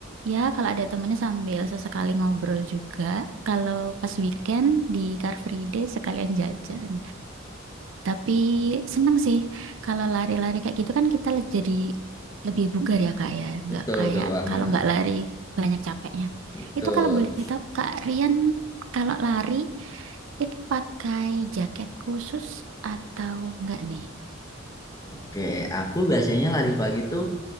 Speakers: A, on the right; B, on the left.
A: Ya, kalau ada temennya sambil sesekali ngobrol juga. Kalau pas weekend di Car Free Day sekalian jajan. Tapi seneng sih kalau lari-lari kayak gitu kan kita le- jadi lebih bugar ya Kak ya.
B: betul,
A: Nggak kayak
B: betul banget,
A: kalau nggak lari banyak capeknya.
B: betul.
A: Itu kalau boleh tahu Kak Rian kalau lari itu pakai jaket khusus atau enggak nih?
B: Oke, aku biasanya lari pagi tuh